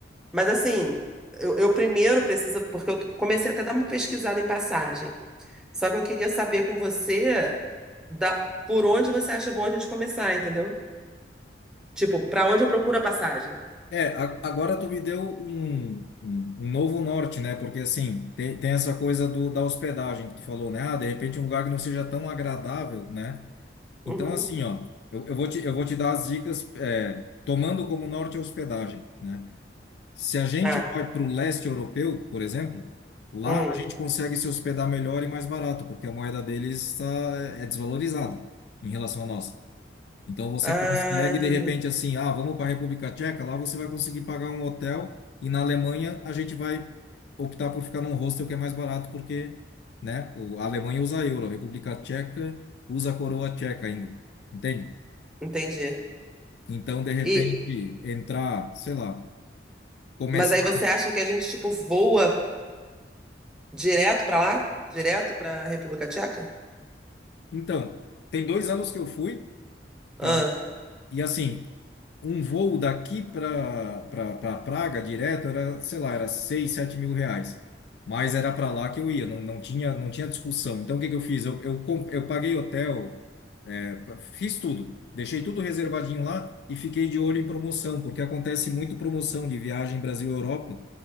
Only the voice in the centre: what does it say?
Mas assim, eu, eu primeiro preciso, porque eu comecei até a dar uma pesquisada em passagem. Só que eu queria saber com você da, por onde você acha bom a gente começar, entendeu? Tipo, para onde eu procuro a passagem?
Uhum.
Tá.
Hum.
Ah,
entendi.
Entendi.
E,
mas aí você acha que a gente, tipo, voa direto para lá? Direto para República Tcheca?
Ah.